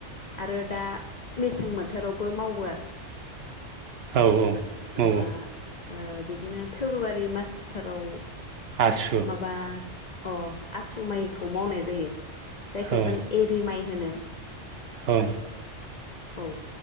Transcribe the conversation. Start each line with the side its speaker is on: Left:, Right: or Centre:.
Left: आरो दा मेसें बोथोरावबो मावो आरो।
Right: औ औ औ
Left: माबा
Right: औ।
Left: ओ बिदिनो फेब्रुवारि मासफोराव
Right: आसु
Left: माबा अ आसु माइखौ मावनाय जायो। जायखौ
Right: औ
Left: जों एरि माइ होनो।
Right: औ
Left: औ